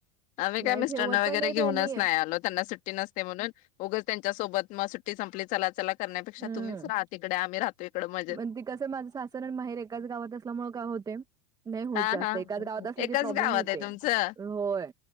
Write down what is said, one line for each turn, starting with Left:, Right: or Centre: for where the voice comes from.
Left: आम्ही काय
Right: नाही
Left: मिस्टरांना
Right: ठेवत
Left: वगैरे
Right: पण नाही
Left: घेऊनच
Right: त्यांनी
Left: नाही आलो त्यांना सुट्टी नसते म्हणून उगच त्यांच्या सोबत मग सुट्टी संपली चला चला करण्यापेक्षा
Right: हम्म
Left: तुम्हीच राहा तिकडे आम्ही राहतो इकडे मजेत.
Right: पण ते कस माझं सासर आणि माहेर एकाच गावात असल्यामुळे काय होतय नाही होत
Left: हा
Right: जास्त
Left: हा
Right: एकाच गावात असलं
Left: एकाच
Right: की प्रॉब्लेम
Left: गावात
Right: होते,
Left: आहे तुमचं?
Right: होय